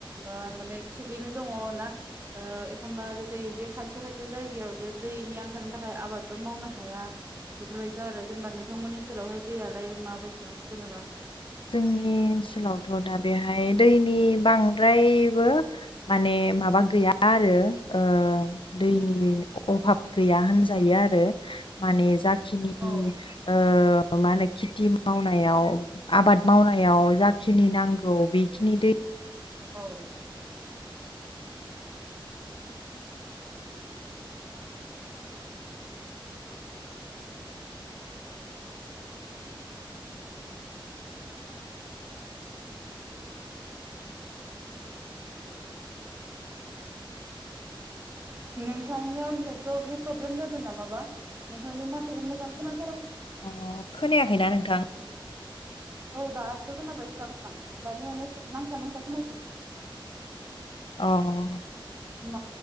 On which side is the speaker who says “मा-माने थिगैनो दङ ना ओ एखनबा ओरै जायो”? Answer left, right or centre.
Right